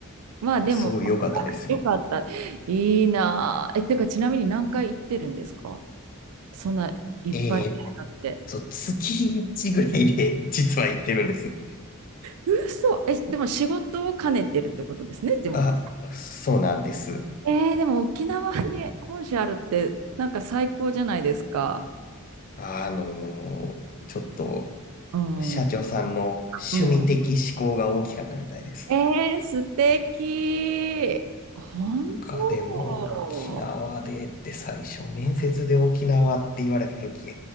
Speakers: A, on the right (about 80°); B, on the left (about 40°).
A: まあでも、
B: すごい良かったですよ。
A: よかった。いいなぁ。え、てか、ちなみに何回行ってるんですかそんないっぱいあって。
B: えーっと、月1ぐらいで実は行ってるんです。
A: 嘘。え、でも仕事を兼ねてるってことですね、でも。
B: あ、そうなんです。
A: えー、でも沖縄に本社あるって、なんか最高じゃないですか。
B: あのーちょっと、
A: うん。
B: 社長さんの趣味的思考が大きかったみたいです。
A: うん。えー、素敵。本
B: なんかでも、
A: 当。
B: 沖縄でって最初、面接で沖縄って言われた時、